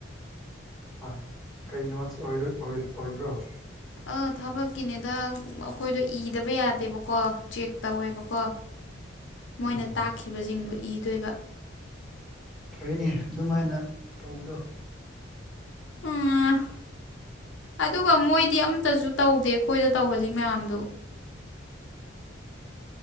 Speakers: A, in the centre; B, on the left.
A: ꯍꯣꯏ ꯀꯩ ꯅꯣꯠꯁ ꯑꯣꯏꯔ ꯑꯣꯏꯔꯣ ꯑꯣꯏꯕ꯭ꯔꯣ
B: ꯑ ꯊꯕꯛꯀꯤꯅꯤꯗ ꯑꯩꯈꯣꯏꯗꯣ ꯏꯗꯕ ꯌꯥꯗꯦꯕꯀꯣ ꯆꯦꯛ ꯇꯧꯋꯦꯕꯀꯣ ꯃꯣꯏꯅ
A: ꯎꯝ
B: ꯇꯥꯛꯈꯤꯕꯁꯤꯡꯗꯨ ꯏꯗꯣꯏꯕ
A: ꯐꯩꯅꯦ ꯑꯗꯨꯃꯥꯏꯅ ꯇꯧꯕꯗꯣ
B: <unintelligible> ꯑꯗꯨꯒ ꯃꯣꯏꯗꯤ ꯑꯝꯇꯁꯨ ꯇꯧꯗꯦ ꯑꯩꯈꯣꯏꯗ ꯇꯧꯍꯜꯂꯤ ꯃꯌꯥꯝꯗꯨ